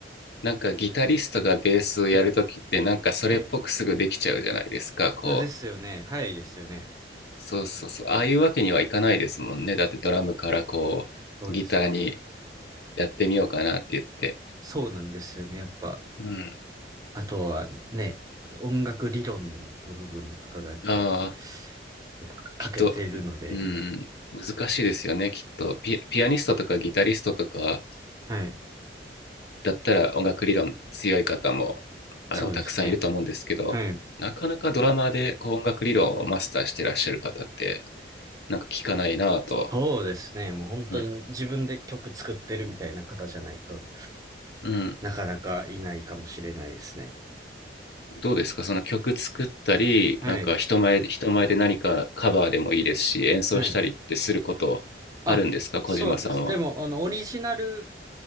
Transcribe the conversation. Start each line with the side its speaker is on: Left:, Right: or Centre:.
Left: なんかギタリストがベースをやるときってなんかそれっぽくすぐできちゃうじゃないですか、
Right: はい、はい。
Left: こう。
Right: ですよね。早いですよね。
Left: そうそうそう。ああいうわけにはいかないですもんね。だってドラムからこう、
Right: そうですね。
Left: ギターにやってみようかなって言って。
Right: そうなんですよね。やっぱ、
Left: うん。
Right: あとはね、音楽理論の部分とかがやっぱ、
Left: ああ、
Right: やっぱ欠けてるので、
Left: きっと、うん、難しいですよね、きっと。ピ、ピアニストとかギタリストとか
Right: はい。
Left: だったら音楽理論強い方も、あの、
Right: そうですね。
Left: たくさんいると思うんですけど、
Right: はい。
Left: なかなかドラマーでこう音楽理論をマスターしてらっしゃる方って、なんか聞かないなぁと。
Right: そうですね。もう本当に自分で曲作ってるみたいな方じゃないと
Left: うん。うん
Right: なかなかいないかもしれないですね。
Left: どうですかその曲作ったり、
Right: はい。
Left: なんか人前で、人前で何かカバーでもいいですし、演奏したりってすることあるんですか小島さんは。
Right: はい。あ、そうです。でも、あの、オリジナル